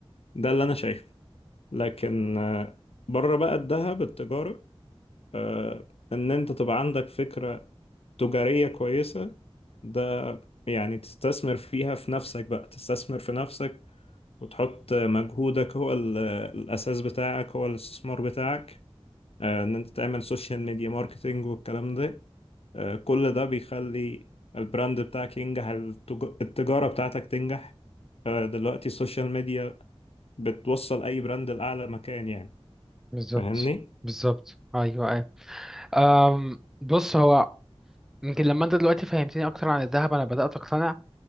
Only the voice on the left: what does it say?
ده اللي انا شايفه لكن آه، بره بقى الذهب التجارة آه، ان انت تبقى عندك فكرة تجارية كويسة ده يعني تستثمر فيها في نفسك بقى تستثمر في نفسك وتحط مجهودك هو ال- الأساس بتاعك هو الاستثمار بتاعك آه، إن أنت تعمل سوشيال ميديا ماركتينج والكلام ده آه، كل ده بيخلي البراند بتاعك ينجح التج- التجارة بتاعتك تنجح آه، دلوقتي السوشيال ميديا بتوصل أي براند لأعلى مكان يعني
فاهمني؟